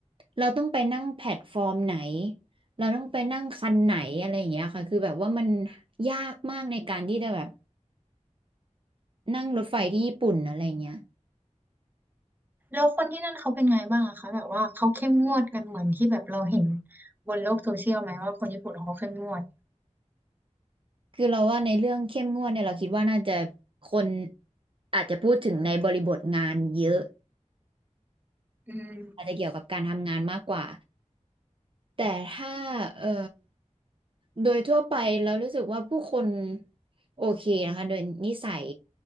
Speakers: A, on the right; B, on the right.
A: เราต้องไปนั่งแพลตฟอร์มไหนเราต้องไปนั่งคันไหนอะไรอย่างเงี้ยค่ะคือแบบว่ามันยากมากในการที่จะแบบนั่งรถไฟที่ญี่ปุ่นอะไรอย่างเงี้ย
B: แล้วคนที่นั่นเขาเป็นไงบ้างอะคะแบบว่าเขาเข้มงวดกันเหมือนที่แบบเราเห็นบนโลกโซเชียลไหมว่าคนญี่ปุ่นเขาเข้มงวด
A: คือเราว่าในเรื่องเข้มงวดเนี่ยเราคิดว่าน่าจะคนอาจจะพูดถึงในบริบทงานเยอะ
B: อืม
A: อาจจะเกี่ยวกับการทำงานมากกว่าแต่ถ้าเอ่อโดยทั่วไปเรารู้สึกว่าผู้คนโอเคนะคะโดยนิสัย